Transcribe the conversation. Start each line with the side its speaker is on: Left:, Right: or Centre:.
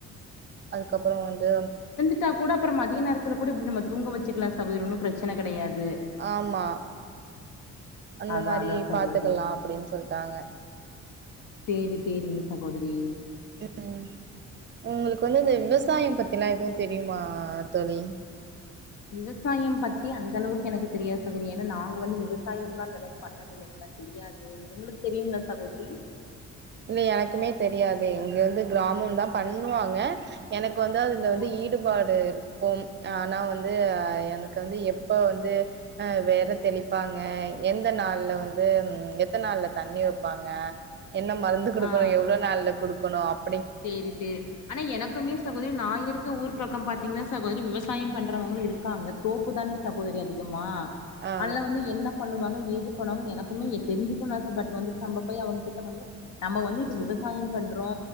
Right: அதுக்கப்பறோ வந்து
Left: விட்டா கூட அப்புற மதிய நேரத்துல கூட இப்டி நம்ம தூங்க வச்சுக்கலா சகோதரி ஒன்னு பிரச்சன கெடையாது
Right: ஆமா அந்த
Left: அதா
Right: மாரி
Left: அதா சகோதரி
Right: பாத்துக்கலா அப்டின்னு சொல்ட்டாங்க
Left: சேரி சேரிங்க சகோதரி
Right: ம் உங்களுக்கு வந்து இந்த விவசாயம் பத்திலா எதூ தெரியுமா தோழி
Left: விவசாயம் பத்தி அந்த அளவுக்கு எனக்கு தெரியாது சகோதரி என்ன நாங்க வந்து விவசாயம்ல்லா அந்தளவுக்கு பண்ண தில்லைங்களா தெரியாது உங்ளுக்கு தெரியுங்களா சகோதரி
Right: இல்ல எனக்குமே தெரியாதே இங்க வந்து கிராமம் தா பண்ணுவாங்க எனக்கு வந்து அதுல
Left: ஓ
Right: வந்து ஈடுபாடு இரு கும் ஆனா வந்து அ எனக்கு வந்து எப்ப வந்து அ வெற தெளிப்பாங்க எந்த நாள்ல வந்து எத்தன் நாள்ல தண்ணி வப்பாங்க என்ன மருந்து குடுக்கணு
Left: ஆ
Right: எவ்ளோ நாள்ல குடுக்கணு அப்
Left: சேரி சேரி ஆனா எனக்குமே சகோதரி நாயிர் க்க ஊர் பக்கம் பாத்தீங்கனா சகோதரி விவசாயம் பண்றவங்களு இருக்காங்க தோப்பு தானே சகோதரி அதிகமா
Right: ஆ
Left: அதுல வந்து என்ன பண்ணுவாங்க ஏது பண்ணுவாங்கனு எனக்குமே எ தெரிஞ்சுக்கனுன்னு ஆச பட் வந்துட்டு நம்ம போயி அவங்க கிட்ட வந்து நம்ம வந்து இப்ப விவசாயம் பண்றோ